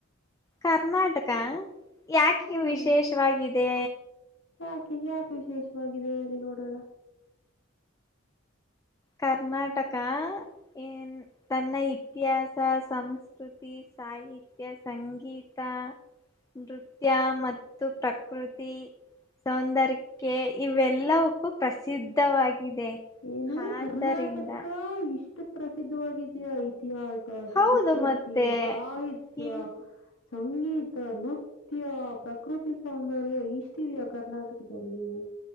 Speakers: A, on the left; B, on the left.
A: ಕರ್ನಾಟಕ ಯಾಕೆ
B: ಹ್ಮ್.
A: ವಿಶೇಷವಾಗಿದೆ?
B: ಯಾಕೆ ಯಾಕೆ ವಿಶೇಷವಾಗಿದೆ ಹೇಳಿ ನೋಡೋಣ.
A: ಕರ್ನಾಟಕ ಏನ್ ತನ್ನ ಇತಿಹಾಸ, ಸಂಸ್ಕೃತಿ, ಸಾಹಿತ್ಯ, ಸಂಗೀತ, ನೃತ್ಯ ಮತ್ತು ಪ್ರಕೃತಿ ಸೌಂಧರ್ಯಕ್ಕೆ ಇವೆಲ್ಲಕ್ಕೊ ಪ್ರಸಿದ್ಧವಾಗಿದೆ.
B: ಏನು
A: ಆದ್ದರಿಂದ
B: ಕರ್ನಾಟಕ ಇ ಇಷ್ಟ್ಕ್ ಪ್ರಸಿದ್ಧವಾಗಿದ್ಯಾ? ಇತಿಹಾಸ
A: ಹೌದು
B: ಸಂಸ್ಕೃತಿ
A: ಮತ್ತೆ
B: ಸಾಹಿತ್ಯ
A: ಇನ್
B: ಸಂಗೀ ನೃತ್ಯ ಪ್ರಕೃತಿ ಸೌಂದರ್ಯ ಇಷ್ಟಿದಿಯಾ ಕರ್ನಾಟಕದಲ್ಲಿ.